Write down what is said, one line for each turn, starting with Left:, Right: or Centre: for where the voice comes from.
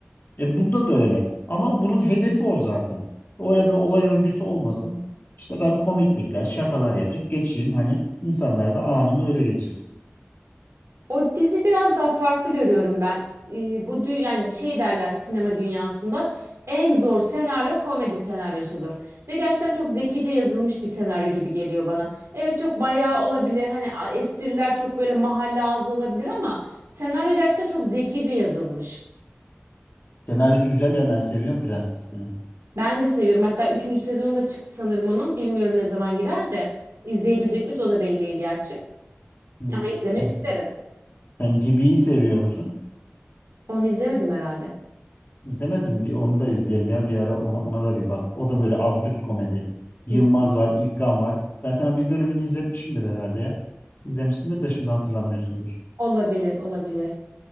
Left: E bunda da öyle. Ama bunun hedefi o zaten. Öyle bir olay örgüsü olmasın. İşte ben komiklikler, şakalar yapıp geçeyim. Hani insanlar da anını öyle geçirsin.
Right: O dizi biraz daha farklı görüyorum ben. Ee, bu dü- yani şey derler sinema dünyasında en zor senaryo komedi senaryosudur. Ve gerçekten çok zekice yazılmış bir senaryo gibi geliyor bana. Evet çok bayağı olabilir. Hani a- espriler çok böyle mahalle ağzı olabilir ama senaryo gerçekten çok zekice yazılmış.
Left: Senaryosu güzel ya ben seviyorum Prensesini.
Right: Ben de seviyorum. Hatta üçüncü sezonu da çıktı sanırım onun. Bilmiyorum ne zaman girer de. İzleyebilecek miyiz o da belli değil gerçi.
Left: Hı.
Right: Ama izlemek
Left: Sen,
Right: isterim.
Left: sen Gibi'yi seviyor musun?
Right: Onu izlemedim herhalde.
Left: İzlemedim. Bir onu da izleyelim ya bir ara ona, ona da bir bak. O da böyle absürt komedi. Yılmaz
Right: Hı,
Left: var, İlkan var. Ben sana bir bölümünü izletmişimdir herhalde ya. İzlemişsindir de şimdi hatırlamıyorsundur.
Right: olabilir, olabilir.